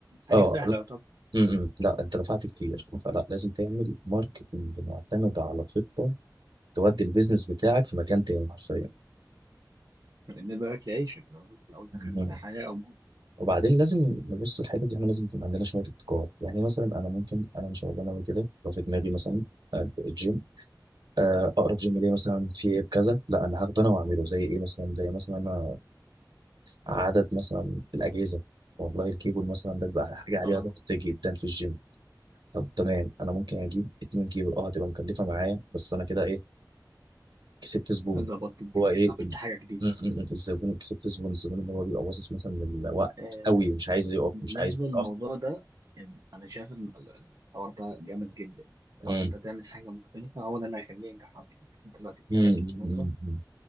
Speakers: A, on the right; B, on the right.
A: حاجه
B: اه
A: سهله
B: لا امم لا انت دفعت كتير فلا لازم تعمل ماركتينج معتمد على خطه تودي البيزنس بتاعك في مكان تاني حرفيا
A: لان بالك لعيشك آه، في الاول والاخر
B: مم.
A: انت حياه او موت
B: وبعدين لازم نبص الحته دي احنا لازم يكون عندنا شويه ابتكار يعني مثلا انا ممكن انا مش هقول انا كده لو في دماغي مثلا الجيم آه، اقرب جيم ليه مثلا في عيب كذا لا انا هاخده انا واعمله زي ايه مثلا زي مثلا انا عدد مثلا الاجهزه والله الكيبل مثلا ده بيبقى حاجه عليها
A: اه
B: ضغط جدا في الجيم طب تمام انا ممكن اجيب اتنين كيبل اه هتبقى مكلفه معايا بس انا كده ايه كسبت زبون
A: ظبطت الدنيا
B: هو ايه
A: عملت
B: ال-
A: حاجه جديده
B: م- م- م، الزبون كسبت زبون الزبون اللي هو بيبقى باصص مثلا للوقت
A: آه
B: قوي ومش عايز يقف
A: بالنسبه
B: مش عايز
A: للموضوع
B: اه
A: ده آم، انا شايف الم- ال- ال- الحوار ده جامد جدا يعني
B: م-
A: حوار إن انت تعمل حاجه مختلفه هو ده اللي هيخليه ينجح اصلا يعني انت دلوقتي بتتكلم
B: م-
A: في نقطه
B: م- م-